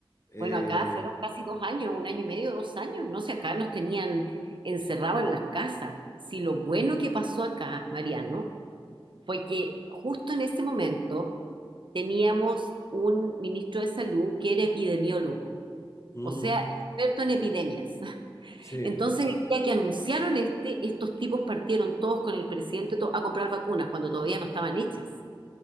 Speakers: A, on the left; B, on the right.
A: Eh,
B: Bueno, acá fueron casi dos años, un año y medio, dos años, no sé, acá nos tenían encerrados en las casas. Si lo bueno que pasó acá, Mariano, fue que justo en ese momento teníamos un ministro de salud que era epidemiólogo,
A: mm,
B: o sea, experto en epidemias.
A: sí,
B: Entonces, el día que anunciaron este, estos tipos partieron todos con el presidente to- a comprar vacunas cuando todavía no estaban hechas.